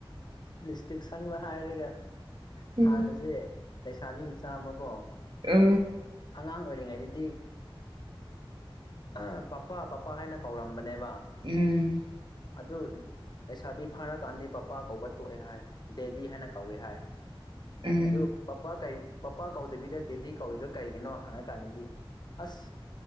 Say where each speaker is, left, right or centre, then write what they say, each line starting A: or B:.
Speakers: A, on the left (about 50°); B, on the right (about 60°).
A: ꯂꯤꯁꯇꯤꯛ ꯁꯪꯕ ꯍꯥꯏꯔꯒ
B: ꯎꯝ
A: ꯍꯥꯟꯅꯁꯦ ꯂꯩꯁꯥꯕꯤ ꯃꯆꯥ ꯑꯃ ꯀꯣ
B: ꯑ
A: ꯑꯉꯥꯡ ꯑꯣꯏꯔꯤꯉꯩꯗꯗꯤ ꯑ ꯄꯄꯥ ꯄꯄꯥ ꯍꯥꯏꯅ ꯀꯧꯔꯝꯕꯅꯦꯕ
B: ꯎꯝ
A: ꯑꯗꯨ ꯂꯩꯁꯥꯕꯤ ꯐꯥꯔꯀꯥꯟꯗꯤ ꯄꯄꯥ ꯀꯧꯕ ꯇꯣꯛꯑꯦ ꯍꯥꯏ ꯗꯦꯗꯤ ꯍꯥꯏꯅ ꯀꯧꯋꯦ ꯍꯥꯏ
B: ꯎꯝ
A: ꯑꯗꯨꯗ ꯄꯄꯥꯥ ꯀꯩ ꯄꯄꯥ ꯀꯧꯗꯕꯤꯗ ꯗꯦꯗꯤ ꯀꯧꯏꯗꯣ ꯀꯩꯒꯤꯅꯣ ꯍꯪꯉꯀꯥꯟꯗꯗꯤ ꯑꯁ